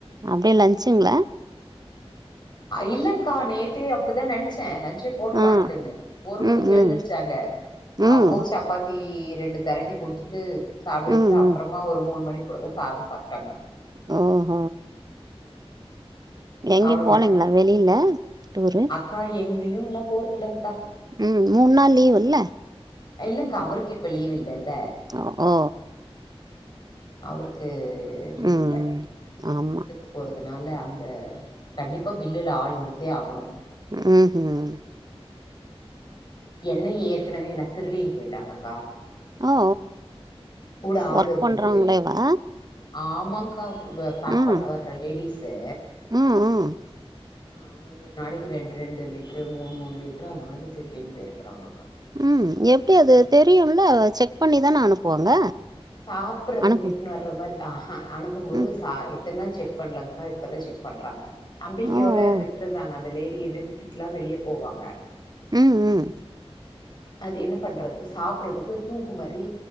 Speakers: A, on the right; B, on the left.
A: அப்டியே லன்ச்சுங்ளா
B: ஐ இல்லங்க்கா நேத் நேத்தே அப்டிதா நெனச்சே லஞ்சே போட்லான்ட்டு
A: ஆ
B: ஒரு மணிக்கு
A: ம்
B: எழுந்திருச்சாங்க
A: ம் ம்
B: அப்ப சாப் சாப்பாத்தி ரெண்டு தெரட்டி குடுத்துட்டு சாப்பிட வச்சுட்டு
A: ம்
B: அப்றமா
A: ம்
B: ஒரு மூணு மணி போல சாத சாப்ட்டாங்க
A: ஆஹ எங்கயு
B: சாப்ட
A: போனீங்ளா வெளில டூரு
B: அ எங்கேயு இல்ல போறதில்லக்கா
A: ம் மூணு நாள் லீவூல்ல
B: இல்லக்கா அவருக்கு இப்ப லீவ் இல்லேல்ல
A: ஓ ஓ
B: அவருக்கு லீவ்
A: ம்
B: இல்ல
A: ஆமா.
B: மிர்லுக்கு போறதுனால அங்க கண்டிப்பா மில்லுல ஆள் இருத்தே ஆகணு
A: உகூம்
B: எண்ணய ஏற்கனவே எல்லா திருடிடு போயிட்டாங்கக்கா
A: ஓ!
B: கூட ஆள்
A: ஒர்க்
B: இருக்குபோதே
A: பண்றாங்களேவா?
B: ஆமாங்க்கா பேக்
A: ம்.
B: பண்ண வர்ற லேடிஸு
A: ம் ம்
B: ஆ ஒவ்வொரு நாளக்கு ரெண்டு ரெண்டு லிட்ரு மூணு மூணு லிட்ரு அந்த மாரி திருடினு போய்ருக்கிறாங்கக்கா
A: ம் எப்டி அது தெரியுல்ல செக் பண்ணிதானே அனுப்புவாங்க
B: சாப்ட்றது
A: அனுப்பு
B: எட்டுன் வர்ற மாரி ஆக அனுப்பு போது
A: ம்.
B: சா இத்தன நாள் செக் பண்ணலங்க இப்பத செக் பண்றாங்க நம்பிக்கையோட
A: ஓ! ஓ!
B: விட்ருந்தாங்க அந்த லேடிய விட்டுட்டுலா வெளியே போவாங்க
A: ம் ம்
B: அது என்ன பண்றதுக்கு சாப்டறதுக்கு தூக்கு மாரி